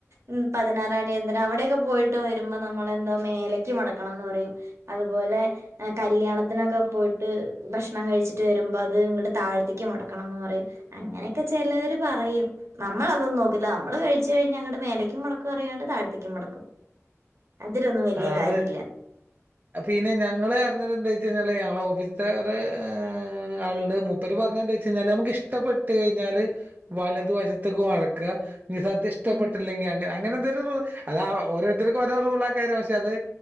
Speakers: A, on the right (about 65°); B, on the right (about 35°).
A: ഉം പതിനാറടിയന്തരം അവിടൊക്കെ പോയിട്ട് വരുമ്പോ. നമ്മളെന്തോ മേലയ്ക്ക് മടക്കണംന്ന് പറയും. അതുപോലെ എ കല്യാണത്തിനൊക്കെ പോയിട്ട് ഭക്ഷണം കഴിച്ചിട്ട് വരുമ്പോ അത് ങ്ങട്ട് താഴത്തേക്ക് മടക്കണെന്ന് പറയും അങ്ങനൊക്കെ ചേലോര് പറയും നമ്മളതൊന്നും നോക്കില്ല നമ്മള് കഴിച്ച് കഴിഞ്ഞ ങ്ങ മേലക്കും മടക്കും അറിയാണ്ട് താഴത്തേക്കും മടക്കും.
B: <inaudible>
A: അതിലൊന്നും വലിയ
B: ആഹ്
A: കാര്യല്ല്യ.
B: അത് പിന്നെ ഞങ്ങള് റിഞ്ഞത് എന്താച്ചയിഞ്ഞാല് ഞങ്ങളെ ഓഫീസ്ൽ ത്തെ ഒര് എ ഉം ആളുണ്ട് മുപ്പര് പറഞ്ഞന്താച്ചയിഞ്ഞാൽ നമക്ക് ഇഷ്ടപ്പെട്ട് കഴിഞ്ഞാല് വലതുവശത്ത്ക്ക് മടക്ക. നി സദ്യ ഇഷ്ടപ്പെട്ടില്ലെങ്കി
A: ഉം
B: അങ്ങനെ അങ്ങനെന്തൊരു റു അത് ആ ഓരോരുത്തര്ക്കു ഓരോ റൂളേക്കാരം ഷേ അത്.